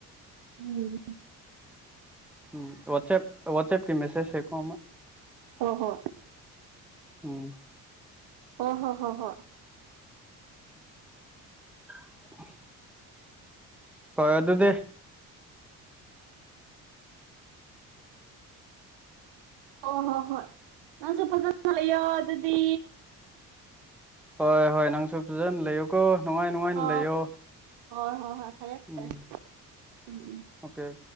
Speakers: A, on the right (about 65°); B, in the centre.
A: ꯎꯝ
B: ꯎꯝ ꯋꯥꯑꯞ ꯋꯥꯁꯑꯞꯀꯤ ꯃꯦꯁꯦꯖ ꯁꯦꯀ
A: ꯍ ꯍꯣꯏ
B: ꯎꯝ
A: ꯍ ꯍ ꯍ ꯍꯣꯏ
B: <inaudible> ꯍꯣꯏ ꯑꯗꯨꯗ
A: ꯍꯣꯏ ꯍꯣꯏ ꯍꯣꯏ ꯅꯪꯁꯨ ꯐꯖꯅ ꯂꯩꯌꯣ ꯑꯗꯨꯗꯤ
B: ꯍꯣꯏ ꯍꯣꯏ ꯅꯪꯁꯨ ꯐꯖꯅ ꯂꯩꯌꯣꯀꯣ ꯅꯨꯡꯉꯥꯏ ꯅꯨꯡꯉꯥꯏꯅ
A: ꯍꯣꯏ
B: ꯂꯩꯌꯣ
A: ꯍꯣꯏ ꯍꯣꯏ ꯍꯣꯏ ꯐꯔꯦ
B: ꯎꯝ
A: ꯐꯔꯦ ꯎꯝ
B: ꯑꯣꯀꯦ